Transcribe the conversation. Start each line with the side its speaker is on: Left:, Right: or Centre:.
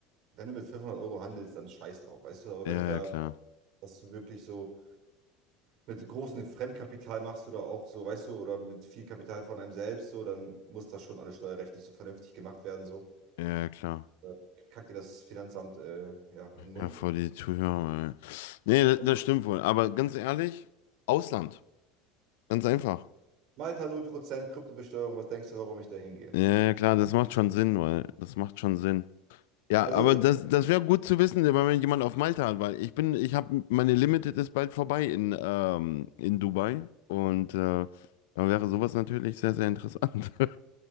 Right: wenn du mit 500 Euro handelst, dann scheiß drauf, weißt du? Aber
Left: ja,
Right: wenn du da,
Left: ja, klar.
Right: was du wirklich so mit großem Fremdkapital machst oder auch so, weißt du, oder mit viel Kapital von einem selbst, so, dann muss das schon alles steuerrechtlich so vernünftig gemacht werden, so.
Left: Ja, ja, klar.
Right: Äh, kackt dir das Finanzamt, äh, ja, in den Mund.
Left: Ja, vor die Zuhörer. Ey. Nee, das,
Right: Also
Left: das stimmt wohl. Aber ganz ehrlich, Ausland. Ganz einfach.
Right: Malta null Prozent Kryptobesteuerung, was denkst du, warum ich da hingehe?
Left: Ja, ja, klar, das macht schon Sinn, weil das macht schon Sinn. Ja,
Right: Also,
Left: aber das, das wäre gut zu wissen, wenn man jemand auf Malta hat, weil ich bin, ich habe meine Limited ist bald vorbei in, ähm, in Dubai und äh, da wäre sowas natürlich sehr, sehr interessant. <laughs>